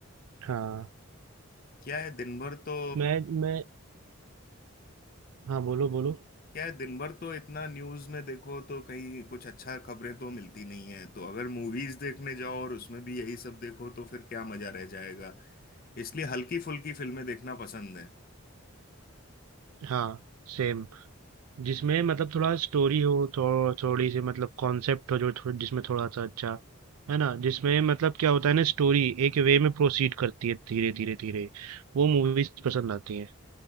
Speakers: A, on the right; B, on the left.
A: हाँ
B: क्या है दिन भर तो
A: मैं मैं हाँ बोलो बोलो
B: क्या है दिन भर तो इतना न्यूज में देखो तो कहीं कुछ अच्छा खबरें तो मिलती नहीं है तो अगर मूवीज देखने जाओ और उसमें भी यही सब देखो तो फिर क्या मजा रह जाएगा इसलिए हल्की फुल्की फिल्में देखना पसंद है
A: हाँ सेम जिसमें मतलब थोड़ा स्टोरी हो थो, थोड़ी सी मतलब कॉन्सेप्ट हो जो थो, जिसमें थोड़ा सा अच्छा है ना जिसमें मतलब क्या होता है ना स्टोरी एक वे में प्रोसीड करती है धीरे धीरे धीरे वो मूवीज पसंद आती हैं